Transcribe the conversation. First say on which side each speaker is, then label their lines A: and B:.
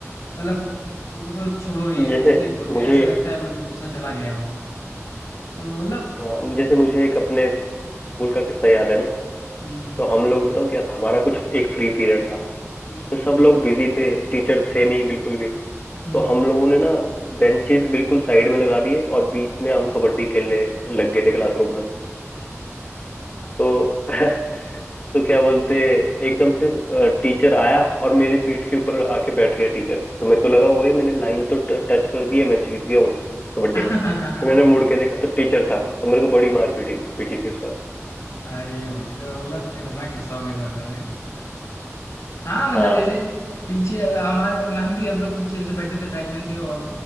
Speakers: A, on the left (about 85°); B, on the left (about 30°).
A: मतलब वो तो छोड़ो ही
B: जैसे
A: गुस्से ही होते
B: मुझे
A: हैं ऐसा लगता है बिल्कुल गुस्सा चला गया हो तो मतलब
B: हाँ जैसे मुझे एक अपने स्कूल का किस्सा याद है ना
A: हम्म हम्म
B: तो हम लोग बताऊँ क्या था हमारा कुछ एक फ्री पीरियड था
A: हम्म
B: तो सब लोग बिजी थे टीचर थे नहीं बिल्कुल भी
A: हम्म
B: तो हम लोगों ने ना बेंचेस बिल्कुल साइड में लगा दिए और बीच में हम कबड्डी खेलने लग गए थे क्लासरूम में तो <laughs> तो क्या बोलते एकदम से टीचर आया और मेरी पीठ के ऊपर आके बैठ गया टीचर तो मेरे को लगा ओए मैंने लाइन तो टच कर दी है मैं जीत गया हूँ कबड्डी
A: <laughs>
B: में फिर मैंने मुड़ के देखा तो टीचर था तो मेरे को बड़ी मार पीटी पीटी थी उस पर
A: अरे भाई तो मतलब खतरनाक किस्सा हो गया तुम्हारे साथ में। हाँ मतलब
B: हाँ
A: जैसे पीछे हमारे हम भी हम लोग पीछे से बैठते थे बैक बेंच पे और